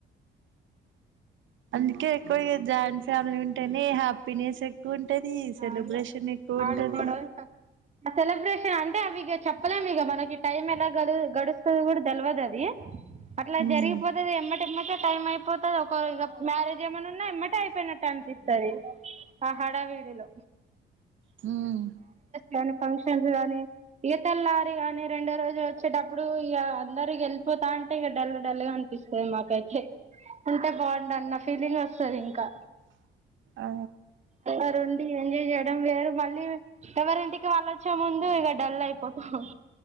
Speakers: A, on the right (about 75°); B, on the right (about 35°).
A: అందుకే ఎక్కువ జాయింట్ ఫ్యామిలీ ఉంటేనే హ్యాపీనెస్ ఏ ఎక్కువా ఉంటది సెలబ్రేషన్
B: అవును
A: ఎక్కువ
B: ఆడుకోవడం
A: ఉంటది
B: ఆ సెలబ్రేషన్ అంటే అవిక చెప్పలేం ఇక మనకి టైం ఎలా గ గడు కూడా తెల్వద అది అట్లా
A: ఉమ్
B: జరిగిపోతుది ఎమ్మటిమ్మ టైం అయిపోతుది ఒక ఇక మ్యారేజ్ ఏమైన్నా ఉన్నా ఇమ్మటే అయిపోయినట్టు అనిపిస్తుంది ఆ హడావిడిలో
A: హమ్
B: కానీ ఫంక్షన్స్ కాని ఇక తెల్లారి గాని రెండో రోజు వచ్చేటప్పుడు ఇక అందరికి వెళ్ళిపోతా అంటే ఇక డల్ డల్ గా అనిపిస్తుంది మాకైతే ఉంటే బాగుండు అన్న ఫీలింగ్ వస్తంది ఇంకా
A: ఆ
B: అరు ఉ చేయడం వేరు మళ్ళీ ఎవరింటికి వాళ్ళచ్చే ముందు ఇక డల్ అయిపోతాం